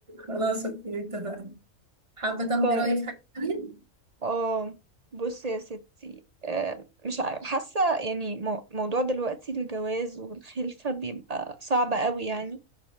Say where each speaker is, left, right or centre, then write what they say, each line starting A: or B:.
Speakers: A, on the right (about 25°); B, on the right (about 45°).
A: خلاص اوكي اتفقنا حابه تاخدي
B: طيب
A: رايي في حاجه تانية
B: اه بص يا ستي آه، مش عارف حاسة يعني مو- موضوع دلوقتي الجواز والخلفة بيبقى صعب قوي يعني